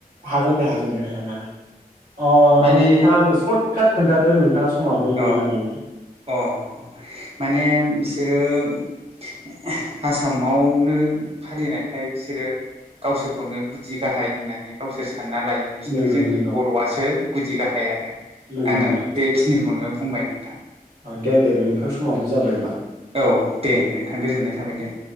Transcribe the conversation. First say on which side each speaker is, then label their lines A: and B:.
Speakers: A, on the right; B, on the right.
A: हागोन दे हागोन दे खोनथानो हागोन। अ
B: माने
A: नोंथाङा आंनो सर्ट काट खोनथादो नोंथाङा समाबो
B: औ
A: गैला नालाय।
B: अ माने बिसोरो <unintelligible> आसामावनो फालिनायखाय बिसोरो गावसोरखौनो गुदि गाहाय होननानै गावसोर सानना लायो। खिन्थु
A: नंगौ
B: जोंनि
A: नंगौ
B: बर'आसो गुदि गाहाय आरो
A: नंगौ
B: आङो
A: नंगौ
B: बेखिनिखौनो बुंबाय नोंथां।
A: औ दे दे नोंथां समाबो जाबाय होमबा।
B: औ दे नोंथां गोजोननाय थाबाय दे।